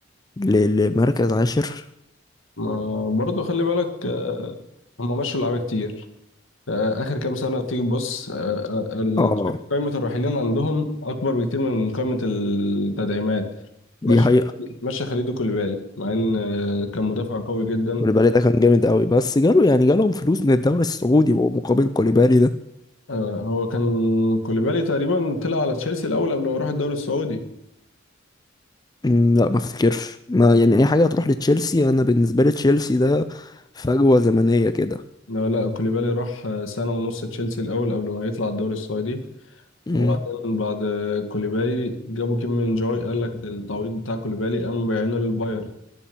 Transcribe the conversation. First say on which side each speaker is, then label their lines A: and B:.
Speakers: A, on the left; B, on the left.
A: ل- لمركز عاشر
B: ما برضه خلي بالك آه، هم مشوا لعيبة كتير آه، آخر كام سنة تيجي تبص آه، آه، ال-
A: اه
B: قائمة الراحلين عندهم أكبر بكتير من قائمة التدعيمات
A: دي
B: مشى
A: حقيقة
B: مشى خليدو كوليبالي مع إن آه، كان مدافع قوي جدا
A: كوليبالي ده كان جامد قوي بس جاله يعني جالهم فلوس من الدوري السعودي مقابل كوليبالي ده
B: آه، هو كان كوليبالي تقريبا طلع على تشيلسي الأول قبل ما يروح الدوري السعودي
A: أمم، لا ما افتكرش ما يعني اي حاجة هتروح لتشيلسي انا بالنسبة لي تشيلسي ده فجوة زمنية كده
B: لا لا كوليبالي راح آه، سنة ونص تشيلسي الأول قبل ما يطلع الدوري السعودي
A: أمم،
B: وبعدين بعد آه، كوليبالي جابوا كيم من جوي قال لك التعويض بتاع كوليبالي قام بيعينه للبايرن